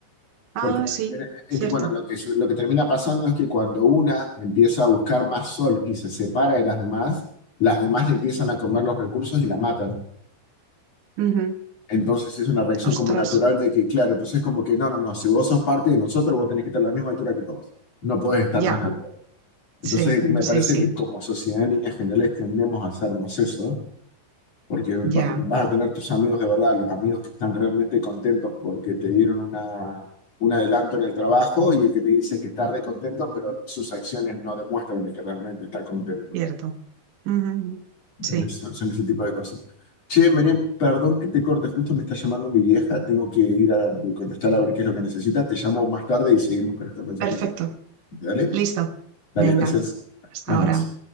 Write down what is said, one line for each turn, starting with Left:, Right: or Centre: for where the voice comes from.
Right: Ah,
Left: Porque,
Right: sí,
Left: en-
Right: cierto.
Left: en- bueno, lo que, su- lo que termina pasando es que cuando una empieza a buscar más sol y se separa de las demás, las demás le empiezan a comer los recursos y la matan.
Right: Ujú.
Left: Entonces es una reacción
Right: Ostras,
Left: como natural de que, claro, entonces como que no, no, no, si vos sos parte de nosotros, vos tenés que estar a la misma altura que todos. No podés estar
Right: ya,
Left: más alto.
Right: sí,
Left: Entonces me
Right: sí,
Left: parece
Right: sí,
Left: que como sociedad en líneas generales tendemos a hacernos eso. porque va-
Right: ya,
Left: vas a tener tus amigos de verdad, los amigos que están realmente contentos porque te dieron una, un adelanto en el trabajo y el que te dice que está re contento, pero sus acciones no demuestran de que realmente está contento.
Right: cierto. Ujú, ujú.
Left: ¿Entendés?
Right: Sí,
Left: Son, son ese tipo de cosas. Che, Meren, perdón que te corte, justo me está llamando mi vieja, tengo que ir a contestar a ver qué es lo que necesita. Te llamo más tarde y seguimos con este pensamiento.
Right: perfecto,
Left: Dale,
Right: listo.
Left: dale,
Right: Venga,
Left: gracias.
Right: hasta
Left: Nos
Right: ahora.
Left: vemos.